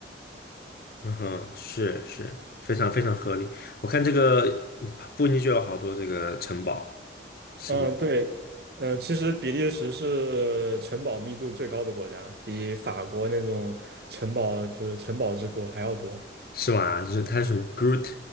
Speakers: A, on the left (about 50°); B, on the right (about 55°).
A: 嗯哼，是是，非常非常合理。我看这个嗯附近就有好多这个城堡，什么
B: 嗯，对，嗯，其实比利时是城堡密度最高的国家，比法国那种城堡就是城堡之国还要多。
A: 是吧？就是它什么 Groot，